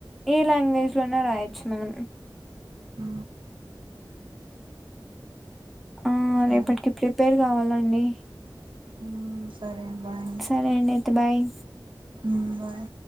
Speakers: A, in the centre; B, on the right (about 80°).
A: ఏ లాంగ్వేజ్ లో అయినా రాయొచ్చు మనం
B: ఉ
A: ఆ
B: సరే
A: రేపటికి ప్రిపేర్ కావాలండి
B: మ్మ్, సరే బాయ్
A: సరే అండి అయితే బాయ్
B: మ్మ్, బాయ్